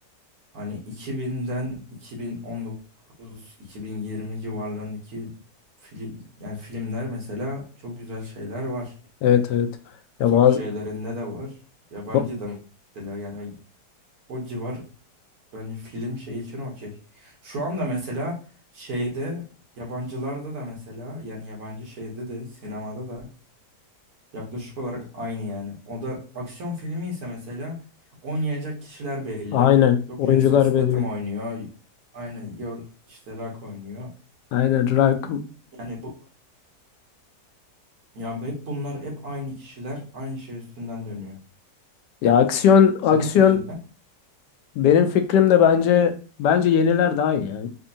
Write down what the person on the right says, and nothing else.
hani 2000'den 2019 2020 civarlarındaki film yani filmler mesela çok güzel şeyler var.
Türk
şeylerinde de var. Yabancı
da mesela yani o civar bence film şey için okey. Şu anda mesela şeyde yabancılarda da mesela yani yabancı şeyde de sinemada da yaklaşık olarak aynı yani. O da aksiyon filmi ise mesela oynayacak kişiler belli.
Yok
Jason Statham
oynuyor. Aynı yor işte Rock oynuyor.
Yani bu yani hep bunlar hep aynı kişiler aynı şey üstünden dönüyor.
Senin
fikrinde